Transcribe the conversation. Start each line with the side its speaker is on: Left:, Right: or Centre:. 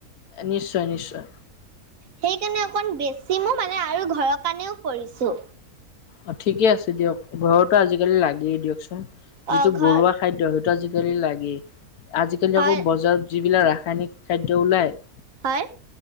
Left: নিশ্চয় নিশ্চয়
Right: সেইকাৰণে অকণ বেছি ম মানে আৰু ঘৰৰ কাৰণেও কৰিছো
Left: অ ঠিকে আছে দিয়ক ঘৰতো আজিকালি লাগেই দিয়কচোন
Right: অ
Left: যিটো
Right: ঘৰ
Left: ঘৰুৱা খাদ্য সেইটো আজিকালি লাগেই আজিকালি
Right: হয়
Left: আকৌ বজাৰত যিবিলাক ৰাস ৰাসায়নিক খাদ্য ওলায়
Right: হয়